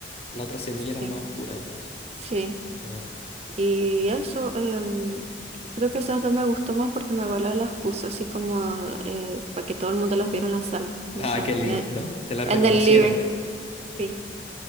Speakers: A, on the left; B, on the right.
A: La otra semilla
B: Sí,
A: era más oscura entonces.
B: sí.
A: Ah, ya.
B: Y eso, em, creo que esas dos me gustó más porque mi abuela las puso así como para que todo el mundo las viera en la sala, o
A: Ah,
B: sea,
A: qué
B: en,
A: lindo.
B: el
A: Te la reconocieron.
B: en el living, sí.